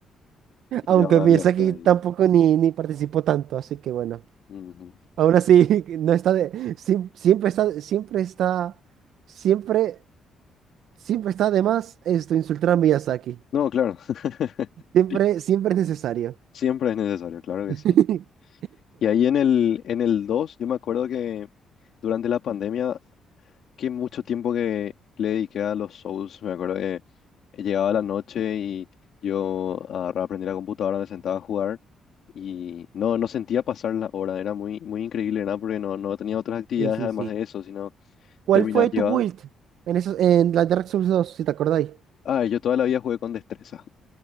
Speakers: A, on the right (about 70°); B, on the left (about 55°).
A: Aunque
B: Y ya valió
A: Miyazaki
B: hasta ahí.
A: tampoco ni, ni participó tanto, así que bueno.
B: Ujú.
A: Aún así, <laughs> no está de, siem- siempre está, siempre está, siempre, siempre está de más esto, insultar a Miyazaki.
B: No, claro. <laughs>
A: Siempre, siempre es necesario.
B: Siempre es necesario, claro que
A: <laughs>
B: sí. Y ahí en el, en el 2 yo me acuerdo que durante la pandemia, que mucho tiempo que le dediqué a los Souls, me acuerdo que llegaba la noche y yo agarraba, prendía la computadora, me sentaba a jugar y no, no sentía pasar la hora, era muy, muy increíble, ¿verdad? Porque no, no tenía otras actividades
A: Sí, sí,
B: además
A: sí.
B: de eso, sino
A: ¿Cuál
B: terminar,
A: fue tu
B: llevaba...
A: build en, esos- en la Dark Souls dos? si te acordáis?
B: Ah, yo toda la vida jugué con destreza.